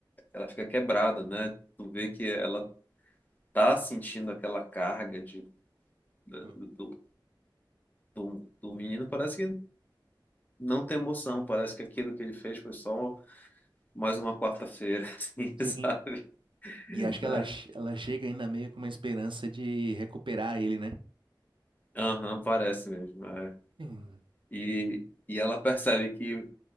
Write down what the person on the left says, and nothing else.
ela fica quebrada, né? Tu vê que ela tá sentindo aquela carga de, da-
do, do, do menino, parece que não tem emoção, parece que aquilo que ele fez foi só mais uma quarta-feira, <laughs> assim,
sabe?
Né?
Aham, parece mesmo. é.
E, e ela percebe que